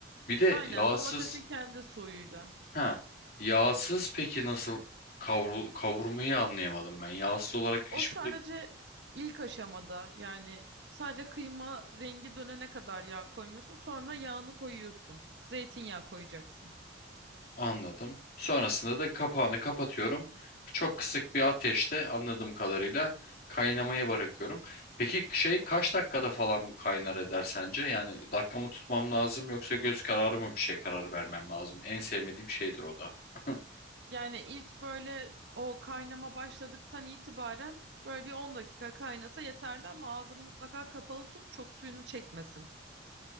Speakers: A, on the left; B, on the right.
A: Bir de
B: Aynen
A: yağsız
B: domatesin kendi suyuyla.
A: ha yağsız peki nasıl kavrul kavurmayı anlayamadım ben. Yağsız olarak
B: O
A: hiçbir
B: sadece ilk aşamada yani sadece kıyma rengi dönene kadar yağ koymuyorsun. Sonra yağını koyuyorsun. Zeytinyağı koyacaksın.
A: Anladım. Sonrasında da kapağını kapatıyorum. Çok kısık bir ateşte anladığım kadarıyla kaynamaya bırakıyorum. Peki şey kaç dakikada falan bu kaynar eder sence? Yani dakika mı tutmam lazım yoksa göz kararı mı bir şey kararı vermem lazım? En sevmediğim şeydir o da. <laughs>
B: Yani ilk böyle o kaynama başladıktan itibaren böyle bir 10 dakika kaynasa yeterli ama ağzını mutlaka kapalı tut çok suyunu çekmesin.